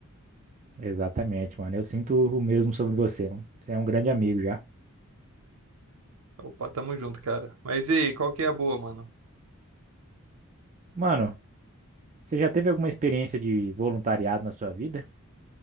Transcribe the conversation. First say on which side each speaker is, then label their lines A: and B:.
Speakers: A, on the right; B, on the right.
A: Exatamente, mano. Eu sinto o mesmo sobre você, mano. Você é um grande amigo já.
B: Opa, tamo junto, cara. Mas e aí, qual que é a boa, mano?
A: Mano, você já teve alguma experiência de voluntariado na sua vida?